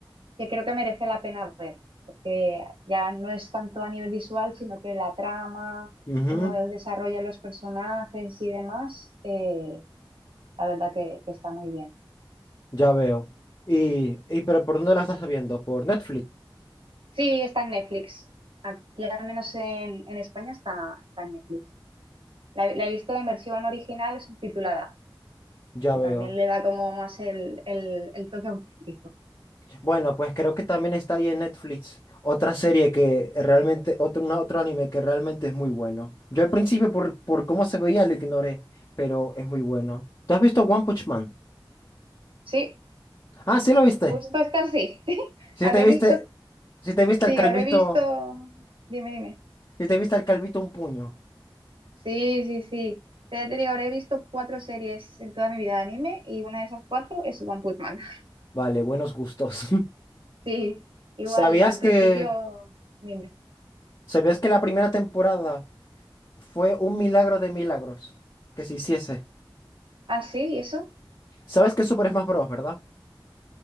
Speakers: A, on the right; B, on the left.
A: que creo que merece la pena ver, porque ya no es tanto a nivel visual, sino que la trama,
B: Ujú,
A: cómo desarrollan los personajes y demás, eh, la verdad que, que está muy bien.
B: ya veo. Y, y, pero ¿por dónde la estás viendo? ¿Por Netflix?
A: Sí, está en Netflix. Aquí, al menos en, en España, está, está en Netflix. La, la he visto en versión original subtitulada.
B: Ya
A: que
B: veo.
A: también le da como más el, el- el toque auténtico.
B: Bueno, pues creo que también está ahí en Netflix otra serie que realmente, otro, una- otro anime que realmente es muy bueno. Yo al principio por, por cómo se veía lo ignoré, pero es muy bueno. ¿Tú has visto One Punch Man?
A: Sí,
B: Ah, sí lo viste.
A: justo está así. <laughs> Sí,
B: Sí
A: habré
B: te viste,
A: visto,
B: sí te viste
A: sí,
B: al calvito,
A: habré visto, dime, dime.
B: sí te viste al calvito un puño.
A: Sí, sí, sí. Ya te digo, habré visto cuatro series en toda mi vida de anime y una de esas cuatro es One Punch Man. <laughs>
B: Vale, buenos gustos.
A: Sí,
B: <laughs>
A: igual
B: ¿Sabías
A: al
B: que,
A: principio, dime.
B: sabías que la primera temporada fue un milagro de milagros que se hiciese?
A: Ah, sí, ¿y eso?
B: ¿Sabes qué es Super Smash Bros, verdad?